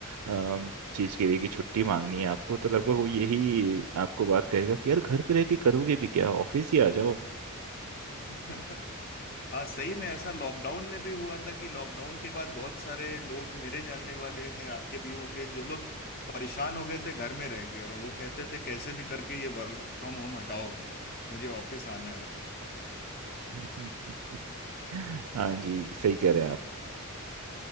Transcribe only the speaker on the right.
अम, चीज के लिए कि छुट्टी मांगनी है आपको तो लगभग वो यही आपको बात कहेगा कि यार घर पे रह के करोगे भी क्या ऑफिस ही आ जाओ
<laughs> हाँ जी सही कह रहे हैं आप